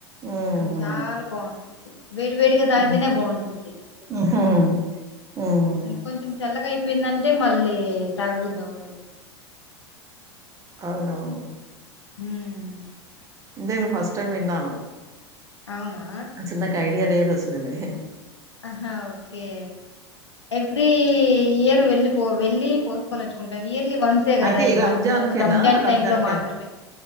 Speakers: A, on the right (about 20°); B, on the left (about 80°).
A: హుహు.
B: కానీ చాలా బగుంట వేడి వేడిగా తాగితేనే
A: హ్మ్.
B: బాగుంటుంది
A: హుహు. హ్మ్.
B: కొంచెం చల్లగా అయి చెప్పిందంటే మళ్ళీ తగుబద్దు అవుతుది
A: అవున అవును
B: ఉమ్,
A: నేను ఫస్ట్ టైం విన్నాను
B: అవునా
A: ఆ చిన్నకు ఐడియా లేదు అసలుది
B: ఆహా ఓకే ఎవీ ఏయరు వెళ్ళిపో వెళ్ళలి పోసుకొని వచ్చుకుంటాం ఇయర్లీ వన్సే కదా
A: అంటే
B: ఈ
A: రంజాన్‌కేనా?
B: గంటి వాళ్ళు రంజాన్
A: రంజాన్‌కేనా?
B: టైమ్ లో మాత్రమే